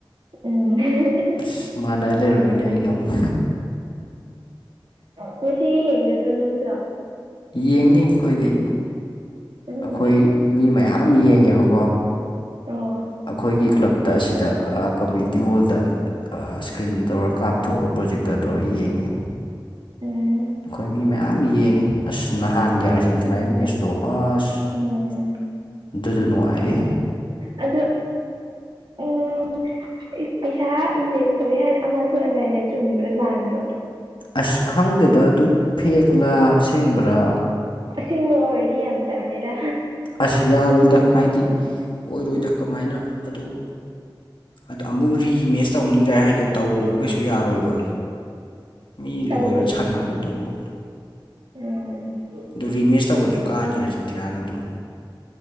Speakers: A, on the right (about 65°); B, on the left (about 65°).
A: ꯎꯝ
B: ꯑꯁ ꯃꯥꯟꯅ ꯂꯩꯔꯝꯃꯦꯅꯦ ꯑꯩꯥꯒꯃꯨꯛ
A: ꯉꯁꯤꯒꯤ ꯌꯦꯡꯒꯗ꯭ꯔꯣ ꯅꯪꯁꯨ
B: ꯌꯦꯡꯅꯤ ꯑꯩꯈꯣꯏꯗꯤ
A: ꯎꯝ
B: ꯑꯩꯈꯣꯏ ꯃꯤ ꯃꯌꯥꯝ ꯌꯦꯡꯉꯦꯕꯀꯣ
A: ꯑꯣ
B: ꯑꯩꯈꯣꯏꯒꯤ ꯀ꯭ꯂꯞꯇ ꯑꯁꯤꯗ ꯑ ꯀꯝꯃꯨꯅꯤꯇꯤ ꯍꯣꯜꯗ ꯑ ꯏꯁꯀ꯭ꯔꯤꯟ ꯇꯧꯔ ꯀꯥꯞꯊꯣꯛꯑꯒ ꯄ꯭ꯔꯣꯖꯦꯛꯇꯔ ꯇꯧꯔ ꯌꯦꯡꯉꯤ
A: ꯎꯝ
B: ꯑꯩꯈꯣꯏ ꯃꯤ ꯃꯌꯥꯝ ꯌꯦꯡꯉꯤ ꯑꯁ ꯅꯍꯥꯟꯒꯤ ꯑꯥꯔꯖꯦꯟꯇꯤꯅꯥꯒꯤ ꯃꯦꯠꯁꯇꯣ ꯑꯁ
A: ꯎꯝ
B: ꯑꯗꯨꯁꯨ ꯅꯨꯡꯉꯥꯏꯑꯦ
A: ꯑꯗꯣ ꯑꯩ ꯑꯩ ꯄꯩꯁꯥ ꯏꯟꯚꯦꯁ ꯇꯧꯋꯤ ꯍꯥꯏꯅ ꯑꯃ ꯊꯣꯛꯑꯦꯗꯥꯏꯅꯦ ꯆꯨꯝꯕ꯭ꯔꯥ ꯂꯥꯟꯕ꯭ꯔꯣ
B: ꯑꯁ ꯈꯪꯗꯦꯗ ꯑꯗꯨ ꯐꯦꯛꯂꯥ ꯑꯁꯦꯡꯕ꯭ꯔꯥ
A: ꯑꯁꯦꯡꯕ ꯑꯣꯏꯔꯗꯤ ꯌꯥꯝ ꯆꯜꯂꯦꯗ
B: ꯑꯁ ꯌꯥꯔꯣꯏꯗ ꯍꯥꯏꯗꯤ ꯑꯣꯏꯔꯣꯏꯗ ꯀꯃꯥꯏꯅ ꯑꯗꯨ ꯑꯗ ꯑꯃꯨꯛ ꯔꯤꯃꯦꯠꯁ ꯇꯧꯅꯤ ꯀꯥꯏ ꯍꯥꯏꯗꯣ ꯇꯧꯔꯣꯏꯕ ꯀꯩꯁꯨ ꯌꯥꯔꯣꯏꯕ ꯃꯤ
A: ꯇꯧꯒ
B: ꯂꯣꯏꯒ꯭ꯔꯥ ꯁꯥꯟꯅꯕꯗꯨꯕꯨ
A: ꯎꯝ
B: ꯑꯗꯨ ꯔꯤꯃꯦꯁ ꯇꯧꯔꯁꯨ ꯀꯥꯅꯤ ꯑꯥꯔꯖꯦꯟꯇꯤꯅꯥꯅ ꯑꯗꯨꯝ